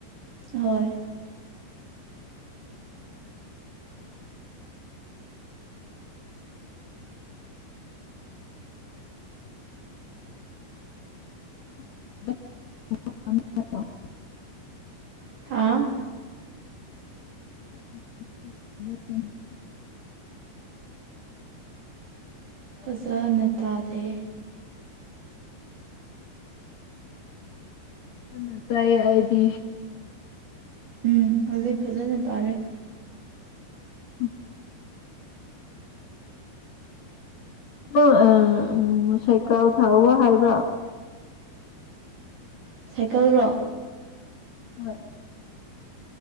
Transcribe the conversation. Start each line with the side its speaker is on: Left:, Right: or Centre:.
Right: ꯍꯣꯏ
Left: <unintelligible>
Right: ꯍꯥ
Left: <unintelligible>
Right: ꯐꯖꯅ ꯇꯥꯗꯦ
Left: ꯌꯥꯝ ꯅ ꯇꯥꯏ ꯑꯩꯗꯤ
Right: ꯎꯝ ꯍꯧꯖꯤꯛ ꯐꯖꯅ ꯇꯥꯔꯦ
Left: ꯎꯝ ꯎ ꯎꯝ ꯁꯥꯏꯀꯜ ꯊꯥꯎꯑꯣ ꯍꯥꯏꯕ꯭ꯔꯥ
Right: ꯁꯥꯏꯀꯜꯗꯣ
Left: <unintelligible>